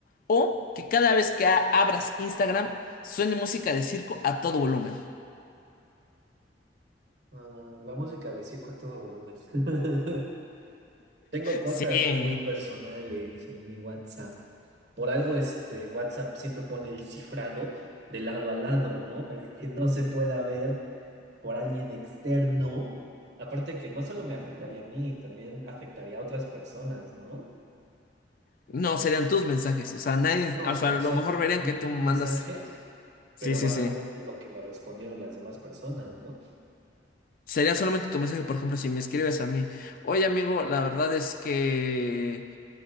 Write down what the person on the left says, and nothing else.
¿O que cada vez que a- abras Instagram suene música de circo a todo volumen?
Sí.
No, serían tus mensajes. O sea, nadie,
o
sea, a lo
mejor verían
que tú mandas.
Sí,
sí,
sí.
Sería solamente tu mensaje, por ejemplo, si me escribes a mí. Oye, amigo, la verdad es que...